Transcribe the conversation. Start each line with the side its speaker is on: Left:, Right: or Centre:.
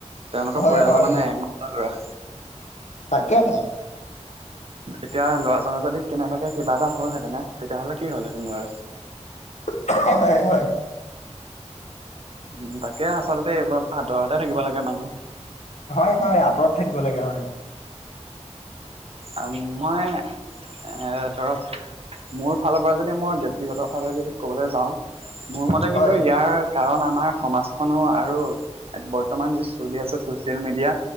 Right: তেওঁলোকৰ
Left: হয়
Right: পৰিয়ালৰ
Left: হয়
Right: মানে একমাত্ৰ ল'ৰা।
Left: তাকেহে।
Right: এতিয়া ল'ৰাজনৰ যদি কেনেবাকে কিবা এটা হল হেঁতেনে তেতিয়াহ'লে কি হ'ল হেতেন বাৰু?
Left: <unintelligible> হয়-হয়।
Right: উম, তাকে আচলতে এইবোৰৰ আতৰতে থাকিব লাগে মানুহ।
Left: হয় হয় আঁতৰত থাকিব লাগে হয়
Right: আৰু মই এ ধৰক মোৰ ফালৰ পৰা যদি মই ব্যয়ক্তিগত কে যদি ক'বলৈ যাওঁ মোৰ মতে কিন্তু
Left: হয়
Right: ইয়াৰ কাৰণ আমাৰ সমাজখনো আৰু বৰ্তমান যি চলি আছে চচিয়েল মিডিয়া